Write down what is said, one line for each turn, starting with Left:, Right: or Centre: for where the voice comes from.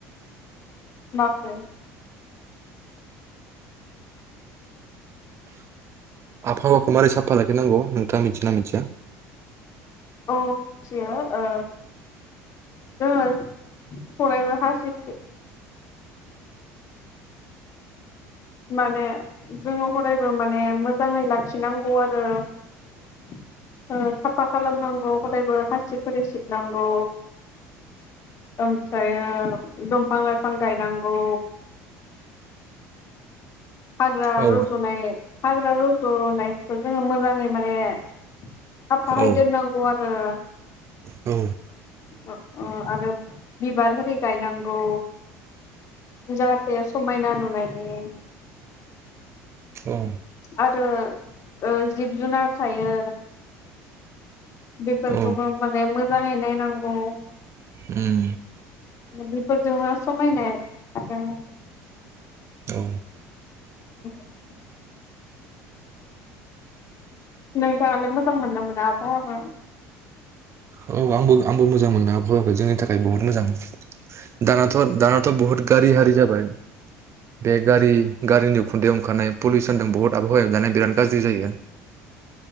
Left: माब्रै
Right: आबहावाखौ मारै साफा लाखिनांगौ नोंथाङा मिथिगोनना मिथिया
Left: औ मिथियो ओ जोङो फरायबा हासिबसिब माने जोङो हदायबो माने मोजाङै लाखिनांगौ आरो ओ साफा खालामनांगौ हदायबो हासिबफोरजों सिबनांगौ ओमफ्राय दंफां लाइफां गायनांगौ हाग्रा
Right: औ
Left: रजनाय हाग्रा रज'नायखौ जोङो मोजाङै माने साफायै
Right: औ
Left: दोननांगौ आर ओ
Right: औ
Left: अ अ आरो बिबार हिरि गायनांगौ। जाहाथे समायना न माने
Right: औ
Left: आरो ओ जिब जुनार थायो। बेफोरखौबो
Right: औ
Left: माने मो जाङै नायनांगौ।
Right: उम
Left: बेफोरजोंनो समायनाय आरो
Right: औ
Left: <inaudible> नोंथाङालाय मोजां मोनो ना मोना आबहावाखौ?
Right: औ आंबो आंबो मोजां मोनो आबहावाखौ जोंनि थाखाय बहुद मोजां। दानाथ' दानाथ' बहुद गारि हारि जाबाय बे गारि गारिनि उखुन्दैयाव ओंखारनाय पलिउसनजों बुहुत आबहावायाव दाना बिराद गाज्रि जायो